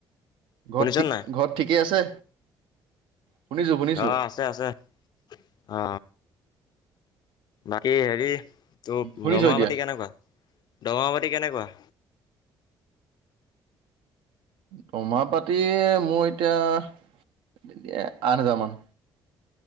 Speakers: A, on the right; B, on the left.
A: ঘৰত
B: শুনিছ
A: থি
B: নাই
A: ঘৰত ঠিকেই আছে? শুনিছোঁ শুনিছোঁ
B: অ আছে আছে অ। বাকী হেৰি তোৰ
A: শুনিছ
B: দৰমহা
A: এতিয়া
B: পাতি কেনেকুৱা, দৰমহা পাতি কেনেকুৱা?
A: দৰমহা পাতি মোৰ এতিয়া আঠ হাজাৰ মান।